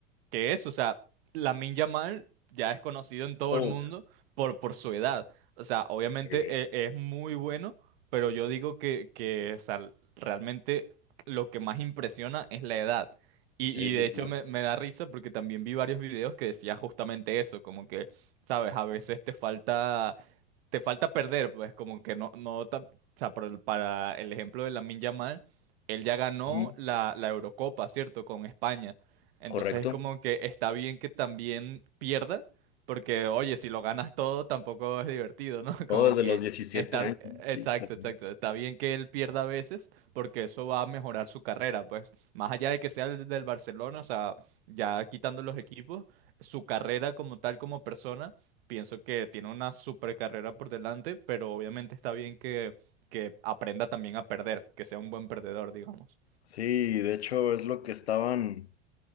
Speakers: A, on the right; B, on the left.
A: que eso, o sea, Lamine Yamal ya es conocido en todo
B: Oh,
A: el mundo por, por su edad. O sea, obviamente
B: Eh,
A: e- es, muy bueno, pero yo digo que, que, o sea, realmente lo que más impresiona es la edad. Y,
B: sí,
A: y
B: sí,
A: de hecho
B: claro.
A: me, me da risa porque también vi varios videos que decía justamente eso, como que, sabes, a veces te falta te falta perder, pues como que no, no, ta- o sea, por el- para el ejemplo de Lamine Yamal, él ya ganó
B: Ujú.
A: la, la Eurocopa, ¿cierto? Con España. Entonces
B: Correcto.
A: es como que está bien que también pierda, porque oye, si lo ganas todo tampoco es divertido, ¿no? <laughs>
B: Todo
A: Como
B: desde
A: que
B: los diecisiete
A: está,
B: años.
A: exacto,
B: Sí, claro.
A: exacto, está bien que él pierda a veces, porque eso va a mejorar su carrera, pues, más allá de que sea el del Barcelona, o sea, ya quitando los equipos, su carrera como tal, como persona Pienso que tiene una super carrera por delante, pero obviamente está bien que, que aprenda también a perder, que sea un buen perdedor, digamos.
B: Sí, de hecho es lo que estaban